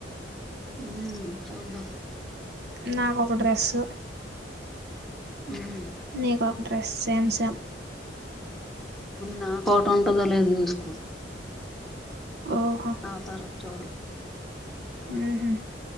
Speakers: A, in the centre; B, on the right.
A: ఉమ్ చూదాం
B: నాకొక డ్రెస్సు
A: హ్మ్
B: నీకు ఒక డ్రెస్ సామ్సంమ్
A: నా కోట ఉంటదో లేదు చూసుకో
B: ఓహో
A: ఆ తరువాత చూడు
B: ఉహు